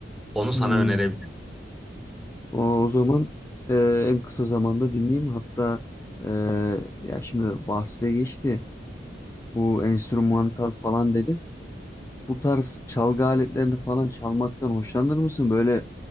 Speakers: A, in the centre; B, on the left.
A: Onu
B: Hmm.
A: sana önerebilirim.
B: O, o zaman e, en kısa zamanda dinleyeyim. Hatta e, ya şimdi bahsine geçti. bu enstrümantal falan dedin. Bu tarz çalgı aletlerini falan çalmaktan hoşlanır mısın? Böyle